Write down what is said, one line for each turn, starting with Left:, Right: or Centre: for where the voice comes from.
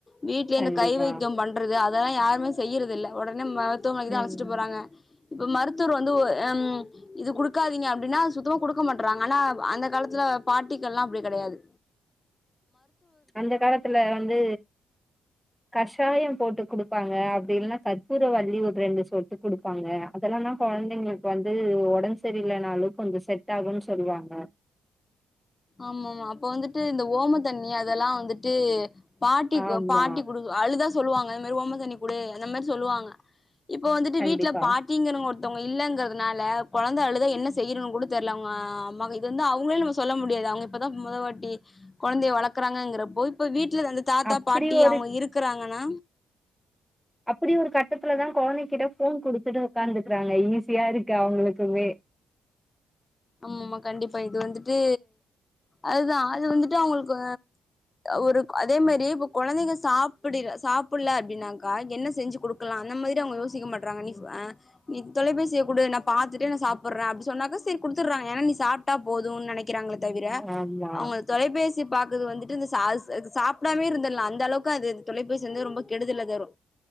Left: வீட்லயே
Centre: கண்டிப்பா
Left: இந்த கை வைத்தியம் பண்றது அதெல்லா யாருமே செய்யறது இல்ல உடனே மரு த்துவமனைக்கு தா
Centre: ம்
Left: அழச்சுட்டு
Centre: ம்.
Left: போறாங்க இப்ப மருத்துவர் வந்து அம் இது குடுக்காதீங்க அப்டின்னா சுத்தமா குடுக்க மாட்டறாங்க ஆனா அந்த காலத்துல ப பாட்டிகள் எல்லா அப்டி கிடையாது
Centre: ஆ அந்த காலத்துல வந்து கஷாயம் போட்டு கொடுப்பாங்க அப்டி இல்ன்னா கற்பூர வள்ளி ஒரு ரெண்டு சொட்டு குடுப்பாங்க அதெல்லா தா குழந்தைங்களுக்கு வந் து ஒடன்பு சரியில்லனாலு கொஞ்ச செட் ஆகுன் சொல்லுவாங்க
Left: ஆமா ஆமா அப்ப வந்துட்டு இந்த ஓம தண்ணி அதெல்லா வந்துட்டு பாட்டி
Centre: ஆமா
Left: பாட்டி குடு அழுதா சொல்லுவாங்க அந்த மாரி ஓமத்தண்ணி குடு அந்த மாரி சொல்லுவாங்க இப்போ வந்துட்டு
Centre: கண்டிப்பா
Left: வீட்டுல பாட்டிங்கறங்க ஒரு த்தவங்க இல்லங்கறதுனால கொழந்த அழுத என்ன செய்யம்னு கூட தெரியல அவங்க அம்மா இது வந்து அவங்கள நம்ம சொல்ல மு டியாது அவங்க இப்தா மொதவாட்டி குழந்தையை வளர்க்கறாங்கபோ இப்ப வீ வீட்டுல அந்த தாத்தா
Centre: அப்டி
Left: பாட்டி
Centre: ஒரு
Left: அவங்க இருக்கறாங்கன்னா
Centre: அப்டி ஒரு கட்டத்துலதா கொழந்தைகிட்ட ஃபோன் குடுத்துட்டு உக்கார்ந்துக்கறாங்க ஈஸியா இருக்கு அவுங்களுக்மே ஆ
Left: ஆமா ஆமா கண்டிப்பா இது வந்துட்டு அதுதா அது வந்துட்டு அவங்களுக்கு ஒரு அதே மாரி இப்ப கொழந்தைங்க சாப்பிட சாப்புல அப்டினாக்கா என்ன செஞ்சு கொடுக்கலா நம்ம இத அவங்க யோசிக்க மாட்ராங்க நீ அ நீ தொலைபேசிய கூடு நா பாத்துட்டே சாப்பிடுறே அப்டி சொன்னாக்க சரி குடுத்துடுறாங்க ஏன்னா நீ சாப்ட்டா போதும்னு நெனைக்கிறாங்கள தவிர
Centre: ஆமா
Left: அவங்க தொலைபேசி பாக்குது வந்துட்டு இந்த சாஸ் சாப்பிடாமே இருந்தடலா அந்த அளவுக்கு அது தொலைபேசி வந்து ரொம்ப கெடுதலதரு